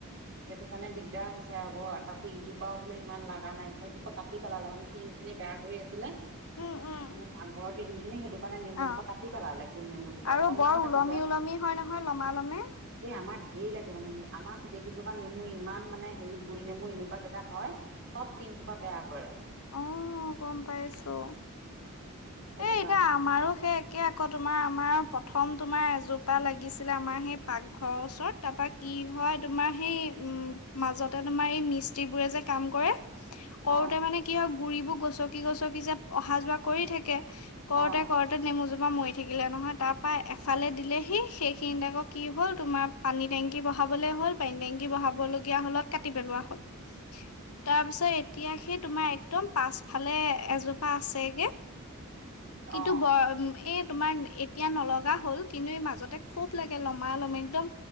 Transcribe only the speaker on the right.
সেইটো কাৰণে দিগদাৰ হৈছে আকৌ তাৰছ ইজোপাও বোলে ইমান লাগা নাই সেইজোপা কাটি পেলালে মানে তিন খিনি বেয়া কৰি আছিলে
আমাৰ পাকঘৰৰ টিনখিনি সেইটো মানে নেমুজোপা
কাটি পেলালে গুল নেমু জোপা
অকনমান
কাটি
যে এই আমাৰ ধেৰ লাগে মানে আমাৰ গোটেই কেইজোপা নেমু ইমান মানে হেৰি গুল নেমু এনেকুৱা জেগাত হয় চব তিংখোপা বেয়া কৰে।
সেইটো
কাৰণে
অ
অ
<inaudible>
অ